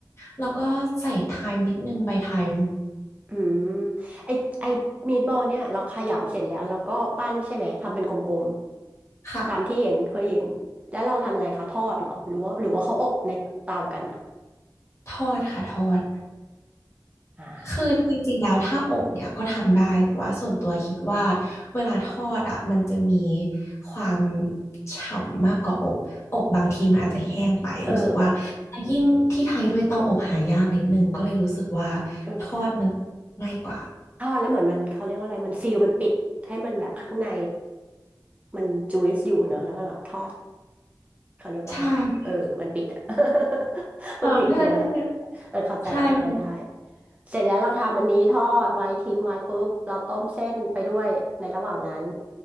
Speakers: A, on the left (about 40°); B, on the right (about 20°).
A: แล้วก็ใส่ไทม์นิดนึงใบไทม์
B: อืมไอไอมีดบอลเนี่ยเราขยำเสร็จแล้วเราก็ปั้นใช่ไหมทำเป็นกลมๆตามที่เห็นเคยเห็นแล้วเราทำอะไรคะทอดเหรอหรือว่าหรือว่าเขาอบในเตากันอ่ะ
A: ค่ะทอดค่ะทอด
B: อ่า
A: คือจริงๆแล้วถ้าอบเนี่ยก็ทำได้แต่ว่าส่วนตัวคิดว่าเวลาทอดอ่ะมันจะมีความฉ่ำมากกว่าอบอบบางทีมันอาจจะแห้งไปรู้สึกว่าแล้วยิ่งที่ไทยด้วยเตาอบหายากนิดนึงก็เลยรู้สึกว่า
B: เออเออเออใช่
A: ทอดมันง่ายกว่า
B: ทอดแล้วเหมือนมันเขาเรียกว่าอะไรมันซีลมันปิดให้มันแบบข้างในมันจุยส์อยู่เนอะแล้วมันแบบทอดเขาเรียกว่าอะไรเออมันปิดอะ
A: ใช่
B: <laughs>
A: เออใช่ใช่
B: มันปิดเนื้อเออเข้าใจเข้าใจได้
A: ใช่มัน
B: เสร็จแล้วเราทำอันนี้ทอดไว้ทิ้งไว้ปุ๊บเราต้มเส้นไปด้วยในระหว่างนั้น